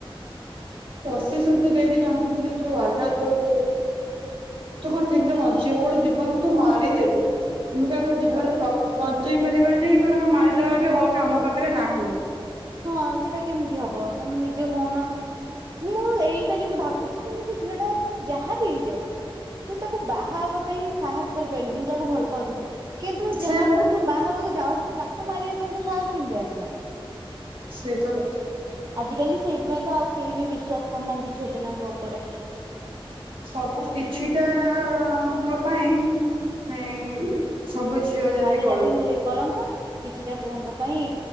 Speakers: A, on the right; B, on the right.
A: ପ୍ରସିଶୃତି ଦେଇକି ଜଣକୁ ଦୁରେ ତୁ ଆଘାତ ଦବୁ ତୁ କଣ ଠିକରେ ବଞ୍ଚିବୁ ଗୋଟେ ଜୀବନକୁ ତୁ ମାରିେଦେଲୁ। ଆମେ କାହାକୁ ଜୀବନରେର ବଞ୍ଚେଇ ପାରିବାନି ତ ତାକୁ ମାରି ଦବା ବି ହକ ଆମ ପାଖରେ ନାହିଁ।
B: ହଁ ସେଇଟା କେମିତି ହବ ତମେ ନିଯେ କହୁନ। ମୁଁ ଏଇଟା କିନ୍ତୁ ଭାବୁଚି କିନ୍ତୁ ସେ ଝିଅ ଟା ଯାହା ବିି ହେଇଯାଉ ତୁ ତାକୁ ବାହା ହବା ପାଇଁ ସାହସ କରିପାଇଲୁନୁ ଯାହାକୁ ଭଲ ପାଉଥିଲୁ କିନ୍ତୁ
A: ସେୟା
B: ଯାହାକୁ ତୁ ବାହା ହେବାକୁ ଯାଉଚୁ ତାକୁ ମାରିବା ପାଇଁ ତୁ ସାହସ କେମିତି ଆସିଲା।
A: ସେ ତ କଥା।
B: ଆଜିକାଲି ସେଇଥିପାଇଁ ତ ଆଉ କେହି ବି ବିଶ୍ୱାସ କରୁନାହାନ୍ତି ଝିଅ ପିଲାଙ୍କ ଉପରେ।
A: ସବୁ କିଛିଟାଙ୍କ ପାଇଁ ଏଁ ସବୁ ଝିଅ ଜାତି
B: ନାରୀ
A: କଳଙ୍କିତ।
B: କଳଙ୍କ କିଛିଟା ପୁଅଙ୍କ ପାଇଁ